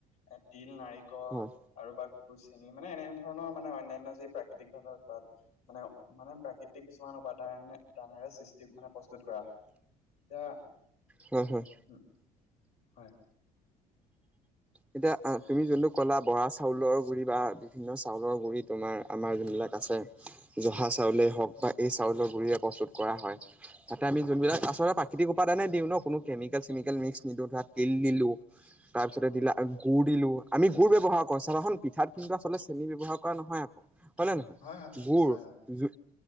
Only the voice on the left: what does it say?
এ তিল, নাৰিকল
আৰু বা গুৰ, চেনি মানে এনে ধৰণৰ মানে অন্যান্য যি প্ৰাকৃতিকভাৱে তাত মানে মানে প্ৰাকৃতিক কিছুমান উপাদান দানেৰে সৃষ্টি মানে প্ৰস্তুত কৰা হয়। য়া।
ও হয়।
হয়
হয়
হয়
হয়
হয়
নিশ্চয় অ